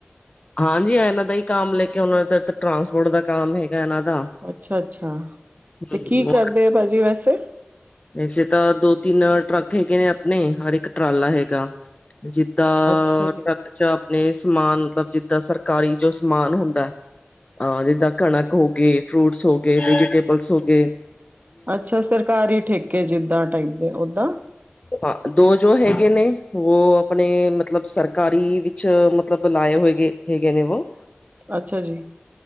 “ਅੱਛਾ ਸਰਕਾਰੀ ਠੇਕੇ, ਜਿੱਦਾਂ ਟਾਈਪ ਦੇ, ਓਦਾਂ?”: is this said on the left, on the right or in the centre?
Right